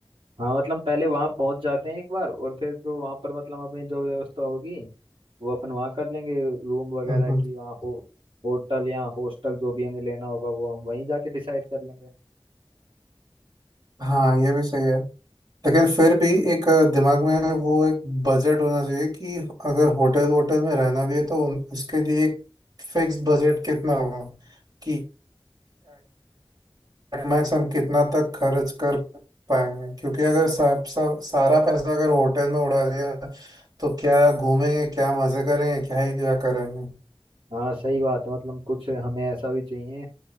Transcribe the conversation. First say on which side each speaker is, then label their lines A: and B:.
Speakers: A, on the right; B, on the right.
A: हाँ मतलब पहले वहाँ पहुँच जाते हैं एक बार और फिर जो वहाँ पर मतलब अपनी जो व्यवस्था होगी वो अपन वहाँ कर लेंगे रूम वगैरह
B: हम्म
A: की वहाँ हो होटल या हॉस्टल जो भी हमें लेना होगा वो हम वहीं जाके डिसाइड कर लेंगे
B: हाँ ये भी सही है लेकिन फिर भी एक दिमाग में वो एक बजट होना चाहिए कि अगर होटल वोटल में रहना भी है तो उन, उसके लिए एक फिक्स बजट कितना होगा कि मैक्स हम कितना तक खर्च कर पाएंगे क्योंकि अगर सब सब सारा पैसा अगर होटल में उड़ा दिया तो क्या घूमेंगे क्या मजे करेंगे क्या ही क्या करेंगे
A: हाँ सही बात है मतलब कुछ हमें ऐसा भी चाहिए